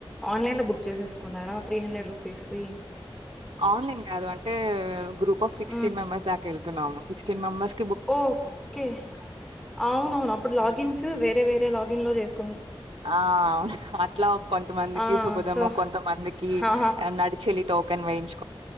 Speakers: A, in the centre; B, on the right (about 90°).
A: ఆన్లైన్లో బుక్ చేసేసుకున్నారా త్రీ హండ్రెడ్ రూపీస్ వి
B: ఆన్లైన్ కాదు అంటే గ్రూప్ ఆఫ్ సిక్స్టీన్
A: హ్మ్.
B: మెంబర్స్ దాకా వెళ్తున్నాము సిక్స్టీన్ మెంబెర్స్
A: ఓ ఓకే అవున అవును అప్పుడు లాగిన్స్
B: హ్మ్.
A: వేరే వేరే లాగిన్ లో చేసు
B: ఆ అట్లా కొంతమందికి
A: ఆ!
B: సుభదము
A: సో
B: కొంతమందికి
A: ఆ!
B: నడి చ చెల్ టోకన్ వయించు